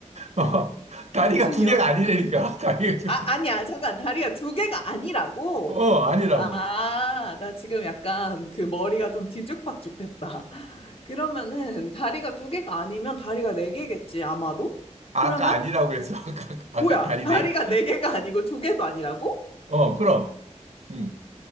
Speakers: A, on the right (about 65°); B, on the left (about 50°).
A: 어, 다리가
B: 지금
A: 두
B: 여...
A: 개가 아니라니까. <laughs> 다리가 두
B: 아,
A: 개.
B: 아니야. 잠깐. 다리가 두 개가 아니라고?
A: 어, 아니라고.
B: 아, 나 지금 약간 그 머리가 좀 뒤죽박죽됐다. <laughs> 그러면은 다리가 두 개가 아니면 다리가 네 개겠지, 아마도?
A: 아까
B: 그러면
A: 아니라고 그랬어. <laughs> 아까, 아까
B: 뭐야?
A: 다리
B: 다리가
A: 네 개.
B: 네 개가 아니고 두 개도 아니라고?
A: 어, 그럼. 음.